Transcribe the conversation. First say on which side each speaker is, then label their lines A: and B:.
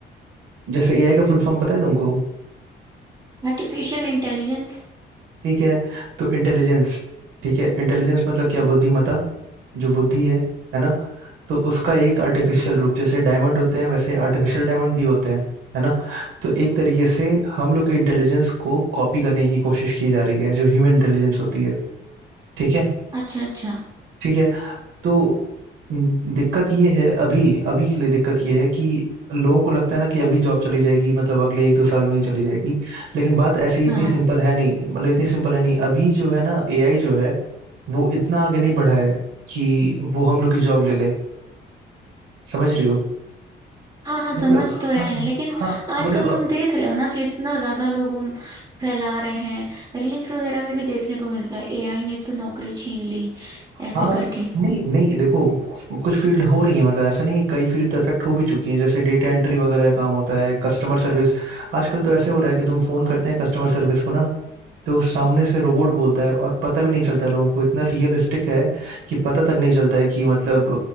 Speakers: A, on the right; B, on the right.
A: जैसे एआई का फुल फॉर्म पता है तुमको
B: Artificial intelligence
A: ठीक है तो इंटेलिजेंस ठीक है इंटेलिजेंस मतलब क्या बुद्धिमत्ता जो बुद्धि है है ना तो उसका एक आर्टिफिशियल रूप जैसे डायमंड होते हैं वैसे आर्टिफिशियल डायमंड भी होते हैं है ना तो एक तरीके से हम लोग के इंटेलिजेंस को कॉपी करने की कोशिश की जा रही है जो ह्यूमन इंटेलिजेंस होती है ठीक है
B: अच्छा अच्छा
A: ठीक है तो हम्म, दिक्कत ये है अभी अभी के लिए दिक्कत ये है कि लोगों को लगता है ना कि अभी जॉब चली जाएगी मतलब अगले एक दो साल में ही चली जाएगी लेकिन बात ऐसी इतनी
B: हाँ
A: सिंपल है नहीं मतलब इतनी सिंपल है नहीं अभी जो है ना एआई जो है वो इतना आगे नहीं बढ़ा है कि वो हम लोग की जॉब ले ले समझ रही हो
B: हाँ हाँ समझ
A: मतलब
B: तो रहे
A: हाँ
B: हैं लेकिन
A: हाँ
B: आजकल
A: मतलब
B: तुम
A: अ,
B: देख रहे हो ना कि इतना ज्यादा लोग हम फैला रहे हैं रील्स वगैरह में भी देखने को मिलता है एआई ने तो नौकरी छीन ली ऐसे
A: हाँ
B: करके
A: नहीं नहीं देखो कुछ फील्ड हो रही है मतलब ऐसा नहीं है कई फील्ड तो इफेक्ट हो भी चुकी हैं जैसे डेटा एंट्री वगैरह का काम होता है कस्टमर सर्विस आजकल तो ऐसे हो रहा है कि तुम फोन करते हैं कस्टमर सर्विस को ना तो सामने से रोबोट बोलता है और पता भी नहीं चलता है लोगों को इतना रियलिस्टिक है कि पता तक नहीं चलता है कि मतलब